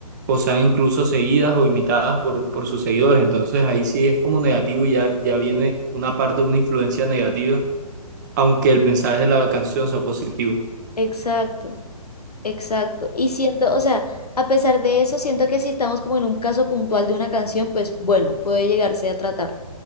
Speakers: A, on the right (about 30°); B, on the left (about 75°).
A: o sean incluso seguidas o imitadas por, por sus seguidores. Entonces ahí sí es como negativo y ya, ya viene una parte de una influencia negativa aunque el mensaje de la canción sea positivo.
B: exacto, exacto. Y siento, o sea, a pesar de eso, siento que si estamos como en un caso puntual de una canción, pues bueno, puede llegarse a tratar.